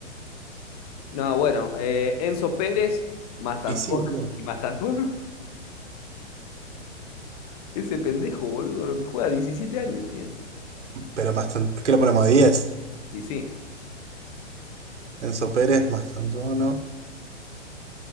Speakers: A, on the left; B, on the right.
A: No, bueno, eh, Enzo Pérez, Mastantuono
B: Y sí, boludo.
A: <laughs> y Mastantuono. Ese pendejo, boludo, lo que juega, 17 años tiene.
B: Pero más tan- ¿qué lo ponemos? diez
A: Y sí,
B: Enzo Pérez, más Tantuono.